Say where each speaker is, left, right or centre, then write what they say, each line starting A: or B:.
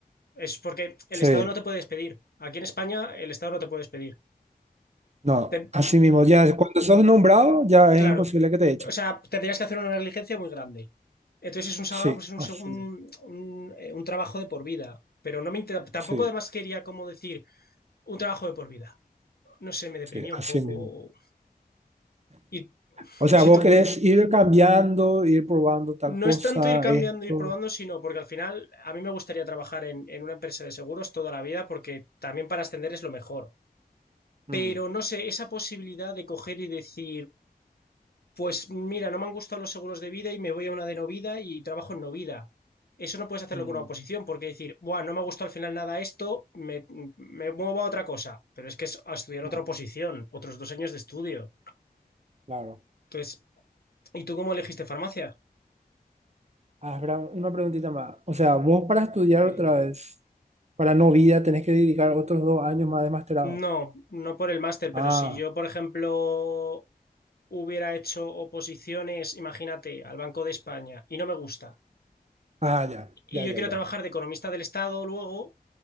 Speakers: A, on the left; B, on the right.
A: Es porque el
B: Sí,
A: Estado no te puede despedir. Aquí en España, el Estado no te puede despedir.
B: no,
A: Ten-
B: así mismo. Ya cuando sos nombrado, ya
A: claro.
B: es imposible que te echen.
A: O sea, tendrías que hacer una negligencia muy grande. Entonces, es un, sa-
B: Sí,
A: es un,
B: así
A: seg- un,
B: mismo.
A: un, eh, un trabajo de por vida. Pero no me inter- tampoco
B: Sí,
A: además quería como decir un trabajo de por vida. No sé, me deprimía
B: sí, así
A: un poco.
B: mismo.
A: ¿Y, <laughs>
B: O
A: y
B: sea, vos
A: tú
B: querés ir cambiando, ir probando tal
A: No
B: cosa,
A: es tanto ir cambiando,
B: esto.
A: ir probando, sino porque al final a mí me gustaría trabajar en, en una empresa de seguros toda la vida porque también para ascender es lo mejor. Pero
B: Mm,
A: no sé, esa posibilidad de coger y decir, pues mira, no me han gustado los seguros de vida y me voy a una de no vida y trabajo en no vida. Eso no puedes hacerlo
B: mm,
A: con una oposición porque decir, Buah, no me ha gustado al final nada esto, me, me muevo a otra cosa. Pero es que es a estudiar otra
B: mm,
A: oposición, otros dos años de estudio.
B: claro.
A: Entonces, ¿y tú cómo elegiste farmacia?
B: Ah, espera, una preguntita más. O sea, vos para estudiar
A: Dime,
B: otra
A: dime.
B: vez, para no vida, tenés que dedicar otros dos años más de masterado.
A: No, no por el máster,
B: Ah,
A: pero si yo, por ejemplo, hubiera hecho oposiciones, imagínate, al Banco de España y no me gusta,
B: ah, ya,
A: y
B: ya,
A: yo
B: ya,
A: quiero
B: ya.
A: trabajar de economista del Estado luego,